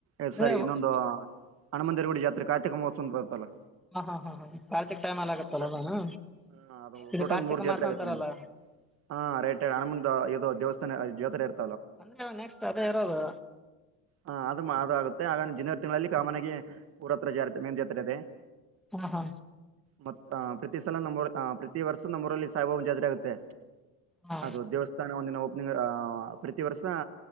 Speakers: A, on the right (about 50°); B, in the centre.
A: ಎಳ್
B: ಅದೇ
A: ಸರಿ
B: ಹ
A: ಇನ್ನೊಂದು ಹಣಮಂದಿರಗಡ ಜಾತ್ರೆ ಕಾರ್ತಿಕ ಮಹೋತ್ವ ಬರ್ತಲ್ಲ
B: ಹಾ ಹಾ ಹಾ ಕಾರ್ತಿಕ್ ಟೈಮ್
A: ಹಾ
B: ಅಲ್ಲಿ ಆಗತ್ತಲ್ಲ
A: ಓಟ
B: ಅದಾನ
A: ಹ ಅದು
B: ಇದು
A: ಟೋಟಲ್
B: ಕಾರ್ತಿಕ
A: ಮೂರ್ ಜಾತ್ರೆ
B: ಮಾಸ
A: ಆಗುತ್ತೆ
B: ಅಂತಾರಲ್ಲ
A: ನಮಮ್ಮ ಹಾ ರೇಟ್ ಹಣ ಮುಂದ ದೇವಸ್ಥಾನ ಜೋತಿರ್ ರಾರು
B: ಅಂದ್ರೆ ನೆಕ್ಸ್ಟ್ ಅದೇ ಇರೋದು
A: ಹ ಅದು ಮಾ ಆಗುತ್ತೆ ಹಾಗ ಜನವರಿ ತಿಂಗಳಲ್ಲಿ ಕಾಮನ್ ಆಗಿ ಊರತ್ರ ಜಾ ಮೇನ್ ಜಾತ್ರೆ ಇದೆ
B: ಹ್ಮ ಹಾ
A: ಮತ್ ಪ್ರತಿ ಸಲ ನಮ್ಮ್ಊರು ಪ್ರತಿವರ್ಷ ನಮ್ಮ್ಊರಲ್ಲಿ ಸಾಬ್ರು ಜಾತ್ರೆ ಆಗುತ್ತೆ
B: ಹಾ
A: ಅದು ದೇವಸ್ಥಾನ ಒಂದಿನ ಒ ಪ್ರತಿ ವರ್ಷ